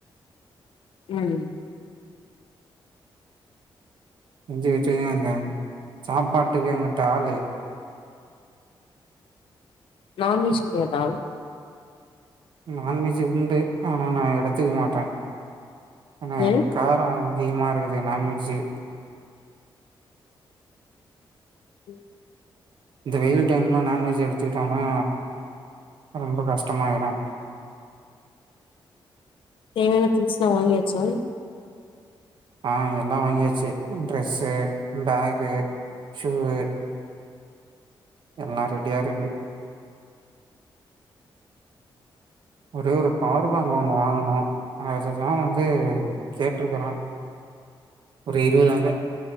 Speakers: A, on the left (about 80°); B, on the right (about 65°).
A: ம்
B: எஞ்சுச்சக அந்த சாப்பாட்டுக்கு அங்குட்டு ஆளு
A: நான் வெஜ் கெடயாதா
B: நான்வெஜ் உண்டு ஆனா நா எடுத்துக்க மாட்டே ஏனா
A: ஏ
B: கார அதிகம இருக்குது நான்வெஜ்ஜு
A: ம்
B: இந்த வெயில் டைம்ல நான்வெஜ் எடுத்துக்கிட்டோனா ரொம்ப கஷ்டமாயிரு
A: தேவையான திங்ஸ்லா வாங்கியாச்சா
B: ஆ இங்க எல்லா வாங்கியாச்சு ட்ரெஸ்ஸு பேகு ஷுவு எல்லா ரெடியா இருக்கு ஒரே ஒரு பவர் பேங்க் ஒன்னு வாங்கணு அதுதா வந்து கேட்ருக்குறே ஒரு இருவதாயிர